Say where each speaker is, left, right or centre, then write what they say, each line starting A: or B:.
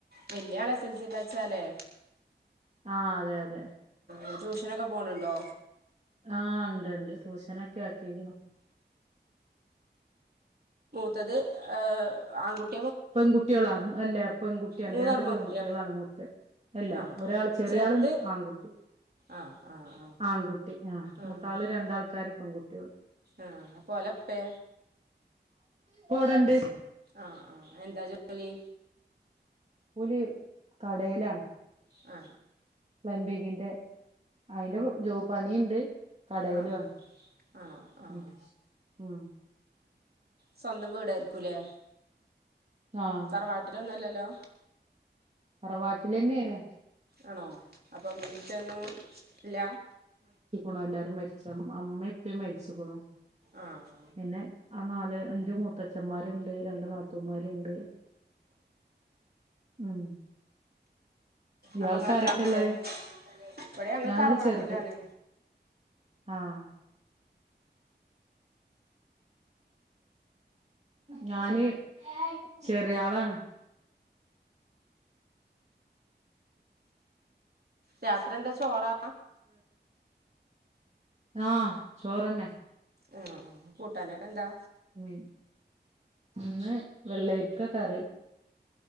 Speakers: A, on the right; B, on the right.
A: വല്യള് എസ് എൽ സി ബച്ചാലേ
B: ആ അതെ അതെ
A: ആ ടൂഷനക്കെ പോണ് ണ്ടോ
B: ആ ഇണ്ട് ഇണ്ട് ട്ടൂശനക്കെ ആക്കിക്ക്ണ്
A: ത്തത് ങ് ആൺകുട്ടി
B: പെൺകുട്ടികളാ അല്ലെ പെൺകുട്ടിയാണ്
A: മൂന്നാളും
B: രണ്ട് പെൺകുട്ടികളാണ്
A: പെൺകുട്ടിയാ
B: മൂത്ത് അല്ല
A: ആഹ്
B: ഒരാള് ചെറിയ
A: ചെറുത്
B: ആളും ആൺകുട്ടി
A: ആഹ് ആഹ് ആഹ്
B: ആൺകുട്ടി ആഹ മൂത്താള്
A: ആഹ്
B: രണ്ടാൾക്കാര് പെൺകുട്ടികൾ
A: ആഹ് അപ്പൊ ഒലപ്പേ
B: പോടണ്ട്
A: ആഹ് ആഹ് എന്താ പലീ
B: പോല് കടയിലാണ്
A: ആ
B: പ്ലംബിംഗിങിൻ്റെ അയിന്റെ ജോ പണിയിണ്ട് കടയിലും
A: ആഹ്
B: ആണ്
A: ആണോ ആഹ്
B: ഉ ഉം
A: സ്വന്തം വീടായിരിക്കൂല്ലേ
B: ആഹ്
A: സറവാട്ടിലൊന്നുംല്ലല്ലോ
B: തറവാട്ടില്ന്നെയാണ്
A: ആണോ അപ്പം മീറ്റൊന്നും ഇല്ല
B: ണോ എല്ലാരും മരിച്ച അമ്മ ഇപ്പും മരിച്ചു പോണോ
A: ആഹ്
B: പിന്നെ ആ നാല് അഞ്ചു മൂത്തച്ഛന്മാരുണ്ട് രണ്ടു നാത്തൂമ്മാരുണ്ട് ഉം ഇയാൾക്ക്
A: അപ്പൊ നിങ്ങളെത്രാമത്തെയാ
B: ആരൊക്കെ ഉള്ളത്
A: ഇപ്പഴേ ഞങ്ങൾ
B: ഞങ്ങള്
A: തറവാട്ടിലാണ്
B: ചെറുത് ആഹ് ഞാന് ചെറിയാളാണ്
A: രാത്രി എന്താ ചോറാ
B: ആ ചോറ്ന്നെ
A: ആ കൂട്ടാനൊകെന്താ
B: ഉം ഇന്ന് വെള്ളരിക്ക കറി